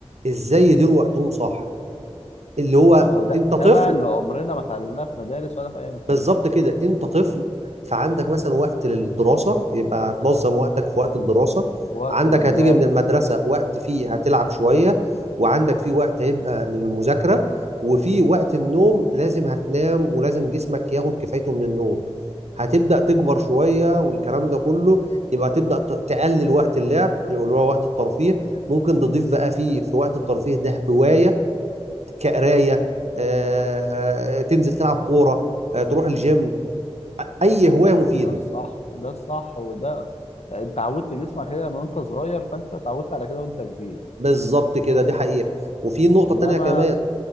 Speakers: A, on the right (about 75°); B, on the left (about 80°).
A: إزاي يديروا وقتهم صح اللي هو
B: اهو ده
A: أنت
B: ده
A: طفل
B: بقى اللي عمرنا ما اتعلمناه في مدارس ولا في اي مكان
A: بالظبط كده انت طفل فعندك مثلا وقت للدراسه يبقى هتنظم وقتك في وقت الدراسه
B: وقت
A: عندك
B: لله
A: هتيجي من المدرسه وقت فيه هتلعب شويه وعندك فيه وقت هيبقى للمذاكره وفي وقت النوم لازم هتنام ولازم جسمك ياخد كفايته من النوم هتبدا تكبر شويه والكلام ده كله يبقى تبدا ت- تقلل وقت اللعب يبقى اللي هو وقت الترفيه ممكن تضيف بقى فيه في وقت الترفيه ده هوايه كقرايه آه، آه، تنزل تلعب كوره آه، تروح الجيم اي هوايه
B: ما
A: مفيده
B: هو ده الصح ده الصح وده انت عودت جسمك كده من وانت صغير فانت اتعودت على كده وانت كبير
A: بالظبط كده دي حقيقه وفي نقطه
B: انما
A: تانية كمان